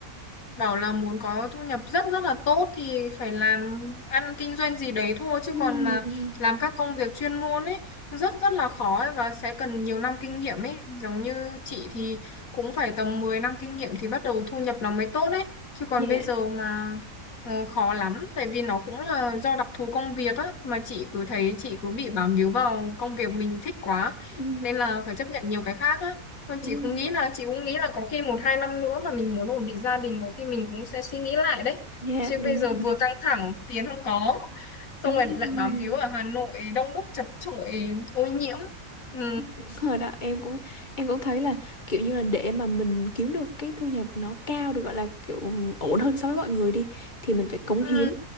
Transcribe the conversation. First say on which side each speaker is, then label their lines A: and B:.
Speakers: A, on the left; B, on the left.
A: bảo là muốn có thu nhập rất rất là tốt thì phải làm ăn kinh doanh gì đấy thôi chứ
B: Ừ.
A: còn mà làm các công việc chuyên môn ấy rất rất là khó ấy, và sẽ cần nhiều năm kinh nghiệm ấy giống như chị thì cũng phải tầm 10 năm kinh nghiệm thì bắt đầu thu nhập nó mới tốt đấy chứ còn
B: Dạ.
A: bây giờ mà ừ, khó lắm tại vì nó cũng là do đặc thù công việc á mà chị cứ thấy chị cứ bị bám víu vào công việc mình thích quá
B: Ừ.
A: nên là phải chấp nhận nhiều cái khác á Thôi
B: Đúng.
A: chị cũng nghĩ là chị cũng nghĩ là có khi một hai năm nữa mà mình muốn ổn định gia đình có khi mình cũng sẽ suy nghĩ lại đấy
B: Dạ,
A: chứ
B: đúng
A: bây giờ
B: rồi.
A: vừa căng thẳng tiền không có xong
B: Đúng
A: rồi lại
B: rồi.
A: bám víu ở Hà Nội đông đúc chật chội ô nhiễm ừ,
B: Đúng rồi đó em cũng em cũng thấy là kiểu như là để mà mình kiếm được cái thu nhập nó cao được gọi là kiểu ổn hơn so với mọi người đi thì mình phải cống hiến
A: ừ,